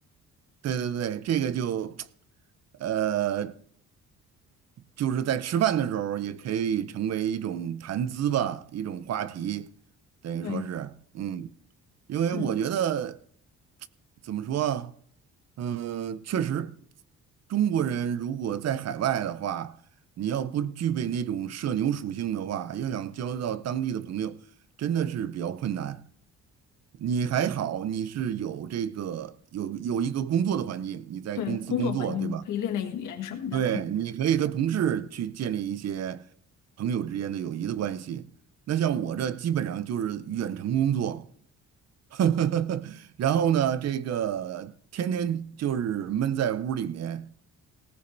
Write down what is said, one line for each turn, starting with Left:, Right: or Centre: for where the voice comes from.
Right: 对对对，这个就，呃，就是在吃饭的时候也可以成为一种谈资吧，一种话题，等于说是，
Left: 对，
Right: 嗯，因为我觉得。
Left: 嗯，
Right: 怎么说啊？嗯，确实，中国人如果在海外的话，你要不具备那种社牛属性的话，要想交到当地的朋友，真的是比较困难。你还好，你是有这个有有一个工作的环境，你在公司工作，
Left: 对，工作环境可以练练语言什么的，
Right: 对吧？对，你可以和同事去建立一些朋友之间的友谊的关系。那像我这基本上就是远程工作。<laughs> 然后呢，这个天天就是闷在屋里面，